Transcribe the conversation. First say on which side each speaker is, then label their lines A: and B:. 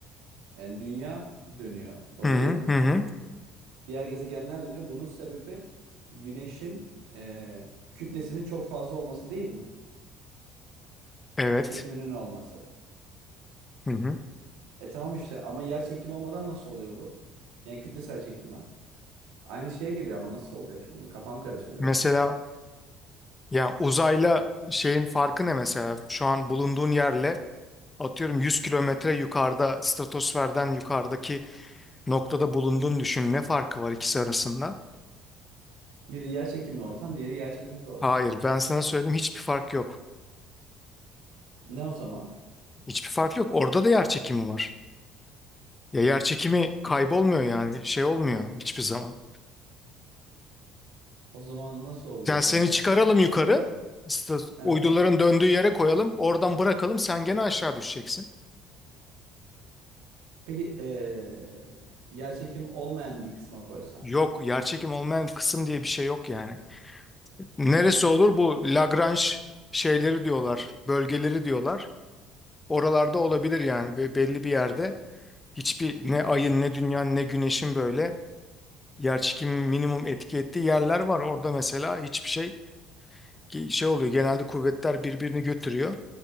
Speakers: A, on the right (about 80°); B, on the left (about 20°).
A: yani dünya dönüyor. Doğru
B: Hı hı
A: değil mi?
B: hı hı.
A: Diğer gezegenler dönüyor. Bunun sebebi güneşin e, kütlesinin çok fazla olması değil mi?
B: Evet.
A: Çekiminin olması.
B: Hı hı.
A: E tamam işte ama yer çekimi olmadan nasıl oluyor bu? Yani kütlesel çekim var. Aynı şeye geliyor ama nasıl olacak şimdi? Kafam karıştı biraz.
B: Mesela ya uzayla şeyin farkı ne mesela? Şu an bulunduğun yerle Atıyorum 100 kilometre yukarıda, stratosferden yukarıdaki noktada bulunduğunu düşün. Ne farkı var ikisi arasında?
A: Biri yer çekimli ortam, diğeri yer çekimsiz ortam.
B: Hayır, ben sana söyleyeyim hiçbir fark yok.
A: Ne o zaman?
B: Hiçbir fark yok. Orada da yer çekimi var. Ya yer çekimi kaybolmuyor yani şey olmuyor hiçbir zaman.
A: O zaman nasıl oluyor?
B: Yani seni
A: Yani
B: çıkaralım yukarı, sta-
A: evet.
B: uyduların döndüğü yere koyalım, oradan bırakalım sen gene aşağı düşeceksin.
A: Peki eee yerçekimi olmayan bir kısma koysan.
B: Yok, yer çekimi olmayan kısım diye bir şey yok yani. Neresi olur bu Lagrange şeyleri diyorlar, bölgeleri diyorlar. Oralarda olabilir yani Be- belli bir yerde. Hiçbir ne ayın ne dünyanın ne güneşin böyle yer minimum etki ettiği yerler var. Orada mesela hiçbir şey ki şey oluyor. Genelde kuvvetler birbirini götürüyor.